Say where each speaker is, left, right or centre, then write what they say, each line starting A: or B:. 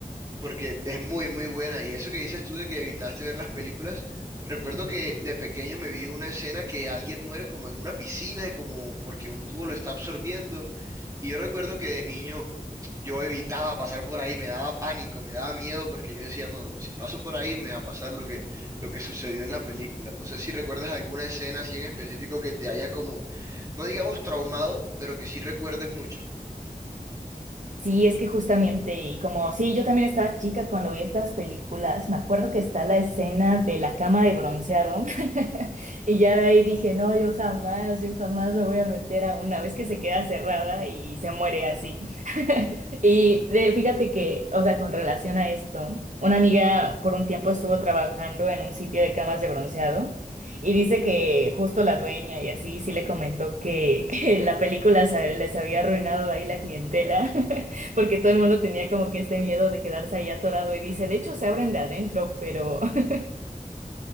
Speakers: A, on the right; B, on the right.
A: porque es muy, muy buena. Y eso que dices tú de que evitaste ver las películas, recuerdo que de pequeño me vi una escena que alguien muere como en una piscina, como porque un tubo lo está absorbiendo. Y yo recuerdo que de niño yo evitaba pasar por ahí, me daba pánico, me daba miedo, porque yo decía, no, no, si paso por ahí me va a pasar lo que, lo que sucedió en la película. No sé si recuerdas alguna escena así en específico que te haya como, no digamos traumado, pero que sí recuerdes mucho.
B: Sí, es que justamente, y como sí, yo también estaba chica cuando vi estas películas, me acuerdo que está la escena de la cama de bronceado, <laughs> y ya de ahí dije, no, yo jamás, yo jamás me voy a meter a una vez que se queda cerrada y se muere así. Y de- fíjate que, o sea, con relación a esto, una amiga por un tiempo estuvo trabajando en un sitio de camas de bronceado y dice que justo la dueña y así sí le comentó que, <laughs> que la película se- les había arruinado ahí la clientela <laughs> porque todo el mundo tenía como que este miedo de quedarse ahí atorado y dice, de hecho se abren de adentro, pero <laughs>